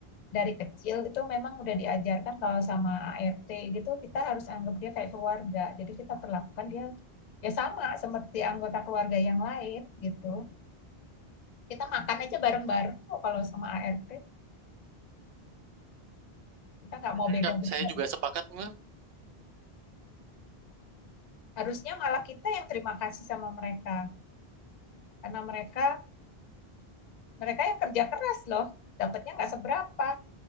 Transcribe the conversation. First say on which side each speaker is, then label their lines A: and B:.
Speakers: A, on the left; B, on the right.
A: dari kecil itu memang udah diajarkan kalau sama ART gitu kita harus anggap dia kayak keluarga. Jadi kita perlakukan dia ya sama seperti anggota keluarga yang lain gitu. Kita makan aja bareng-bareng kok kalau sama ART. Kita nggak mau
B: Enggak,
A: beda beda.
B: saya juga sepakat. Mm,
A: Harusnya malah kita yang terima kasih sama mereka karena mereka mereka yang kerja keras loh. Dapatnya nggak seberapa,